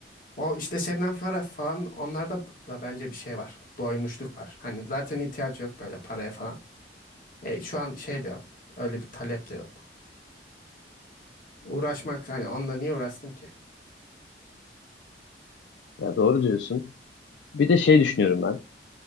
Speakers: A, on the left; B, on the left.
A: O işte Şebnem Ferah falan onlarda da bence bir şey var. Doymuşluk var. Hani zaten ihtiyacı yok böyle paraya falan. E, şu an şey de yok. Öyle bir talep de yok. Uğraşmak hani onunla niye uğraştın ki?
B: Ya doğru diyorsun. Bir de şey düşünüyorum ben.